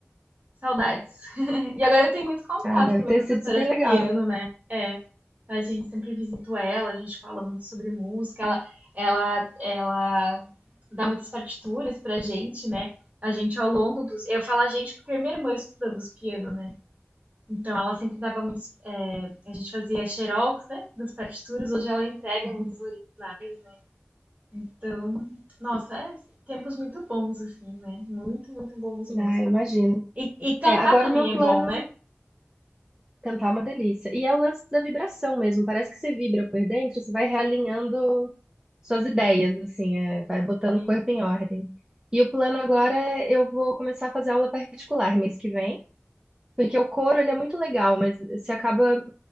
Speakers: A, on the right; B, on the right.
A: saudades. <laughs> E agora eu tenho muito contato
B: Ah, deve
A: com a minha
B: ter
A: professora
B: sido super
A: de
B: legal.
A: piano, né? É, a gente sempre visita ela, a gente fala muito sobre música, ela, ela, ela dá muitas partituras pra gente, né? A gente ao longo dos. Eu falo a gente porque eu e minha irmã estudamos piano, né? Então, ela sempre dava muitos. é, a gente fazia xerox, né? Das partituras. Hoje ela entrega
B: Uhum.
A: muitos originais. Então, nossa, é tempos muito bons, assim, né? Muito, muito bons mesmo.
B: Ah, eu imagino.
A: E, e cantar
B: É, agora
A: também
B: o meu
A: é
B: plano.
A: bom, né?
B: Cantar é uma delícia. E é o lance da vibração mesmo. Parece que você vibra por dentro, você vai realinhando suas ideias, assim, é, vai botando
A: E-
B: o corpo em ordem. E o plano agora é eu vou começar a fazer aula particular mês que vem, porque o coro ele é muito legal, mas se acaba